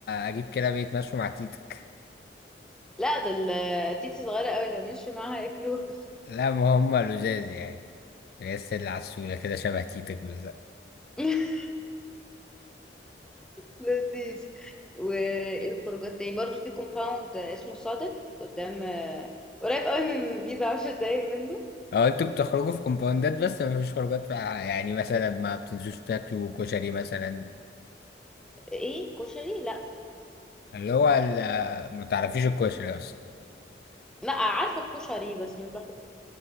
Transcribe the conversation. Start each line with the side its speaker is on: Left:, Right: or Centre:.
Left: اجيب كده بيتمشوا مع تيتك
Centre: لا دول آه، تيتي صغيرة قوي لو مشي معاها ياكلوها
Left: لا ما هم لزاز يعني هي الستيلا على السولة كده شبه تيتك بالظبط
Centre: <laughs> لذيذ والخروجات تاني برضو في كومباوند اسمه صادق قدام آه، قريب قوي من بيضة عشر دقايق منه
Left: اه انتوا بتخرجوا في كومباوندات بس ما فيش خروجات بقى يعني مثلا ما بتنزلوش تاكلوا كشري مثلا
Centre: ايه كشري لا
Left: اللي هو ال- ما تعرفيش الكشري اصلا
Centre: لا عارفة الكشري بس مش بحب